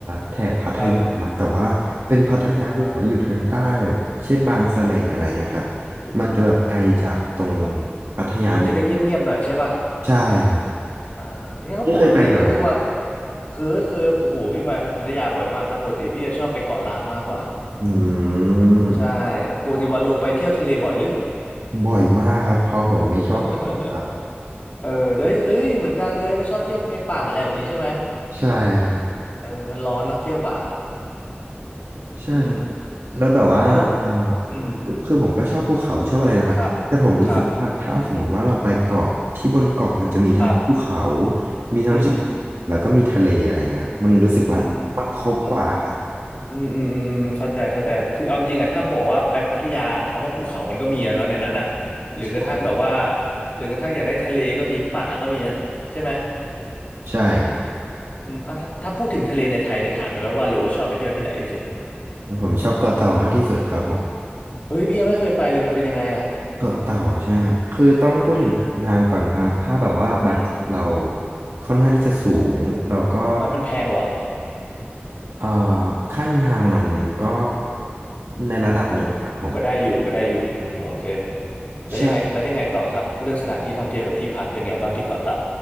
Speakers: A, on the right; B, on the left.
A: แถบพัทยานะครับแต่ว่าเป็นพัทยาที่แบบว่าอยู่ทางใต้แบบเช่นบางสะเลอะไรเงี้ยครับ
B: ครับอ่าโอ้โห
A: มันจะแบบไกลจากตรงพัทยาเหนึ่ง
B: มันจะได้เงียบๆหน่อยใช่ปะ
A: ใช่ครับ
B: อ่าเนี่ยก็ปกติก็คือว่า
A: พี่เคยไปแถวนั้นไหม
B: เคยเคยโอ้โหพี่ไปพัทยาบ่อยมาก แต่ปกติพี่จะชอบไปเกาะล้านมากกว่า
A: อืม
B: ใช่ปกติวาโลไปเที่ยวทะเลบ่อยหรือ
A: บ่อยมากครับเพราะผมไม่ชอบเขาครับ
B: <laughs> เออเอ้ยเอ้ยเหมือนกันเลยไม่ชอบเที่ยวในป่าอะไรแบบนี้ใช่ไหม
A: ใช่ครับ
B: เออมันร้อนเนาะเที่ยวป่า
A: ใช่ครับ
B: อืม
A: แล้วแบบว่าอ่า
B: แล้วอืม
A: คือคือผมก็ชอบภูเขาชอบอะไรนะครับแต่ผมรู้สึกว่าถ้าสมมติว่าเราไปเกาะที่บนเกาะมันจะมีทั้งภูเขา
B: ครับครับครับ
A: มีทั้งชายหาดแล้วก็มีทะเลอะไรเงี้ยครับมันรู้สึกว่ามันครบกว่าครับ
B: อืม อืมอืมอืมอืมอืมเข้าใจเข้าใจคือเอาจริงอะถ้าบอกว่าไปพัทยาคำว่าภูเขามันก็มีอะเนาะในนั้นอะหรือกระทั่งแบบว่า
A: ใช่
B: หรือกระทั่งอยากได้ทะเลก็มีป่าก็มีนะใช่ไหม
A: ใช่ครับ
B: อืมอ่ะแล้วถ้าพูดถึงทะเลในไทยนี่ถามได้ไหมว่าโลชอบไปเที่ยวที่ไหนที่สุด
A: ผมชอบเกาะเต่ามากที่สุดครับผม
B: เฮ้ยพี่ยังไม่เคยไปเลยมันเป็นยังไงอะ
A: เกาะเต่าใช่ไหมครับคือต้องพูดถึงการเดินทางก่อนครับถ้าแบบว่าบัตเเรา
B: อืมอืม
A: ค่อนข้างที่จะสูงเราก็
B: มันมันแพงเหรอ
A: เอ่อขั้นทางมันก็ในระดับหนึ่งครับผม
B: มันก็ได้อยู่ก็ได้อยู่อืมโอเคแล้วยังไงแล้วยังไงต่อครับพวกเรื่องสถานที่ท่องเที่ยวกับที่พักเป็นไงบ้างที่เกาะเต่า
A: ใช่